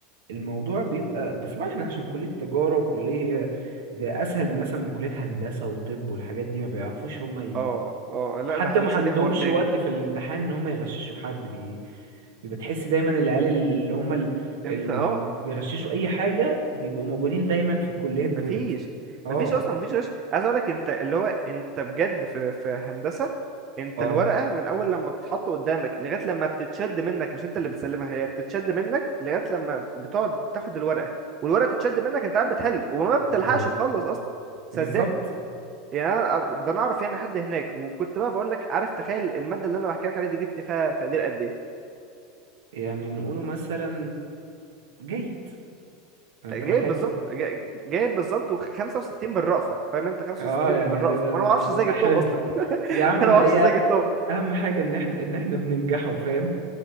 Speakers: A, on the right (about 85°); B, on the right (about 40°).
A: الموضوع بيبقى بس طبعا احنا عشان كليه تجاره وكليه ده اسهل مثلا من كليه هندسه وطب والحاجات دي ما بيعرفوش هم
B: اه اه لا
A: حتى
B: ده هندسه
A: ما عندهمش
B: دي حوار تاني
A: وقت في الامتحان ان هم يغششوا حد بي... بيبقى تحس دايما العيال اللي هم ال-
B: انت
A: اللي ما
B: اه
A: بي- بيغششوا اي حاجه بيبقوا موجودين دايما في الكليات دولت
B: مفيش
A: اه
B: مفيش اصلا مفيش غش عايز اقول لك انت اللي هو انت بجد في في هندسه انت
A: اه
B: الورقه من اول لما بتتحط قدامك لغايه لما بتتشد منك مش انت اللي بتسلمها هي بتتشد منك لغايه لما بتقعد تاخد الورقه والورقه تتشد منك انت قاعد بتحل وما بتلحقش
A: يا لهوي
B: تخلص اصلا صدقني
A: بالظبط
B: يعني أنا ده انا اعرف يعني حد هناك وكنت بقى بقول لك عارف تخيل الماده اللي انا بحكي لك عليها دي جبت فيها تقدير قد ايه
A: يعني نقوله مثلا جيد انت
B: جايب
A: ما لحقت
B: بالظبط جا- جايب بالظبط و65 بالرأفه فاهم انت 65
A: اه يعني
B: بالرأفه
A: ده ده
B: وانا
A: ده
B: ما
A: ده,
B: اعرفش
A: ده,
B: ازاي
A: ده
B: جبتهم
A: حلو
B: اصلا <laughs>
A: يا عم هي
B: انا ما اعرفش ازاي جبتهم
A: اهم حاجه ان احنا ان احنا بننجحوا فاهم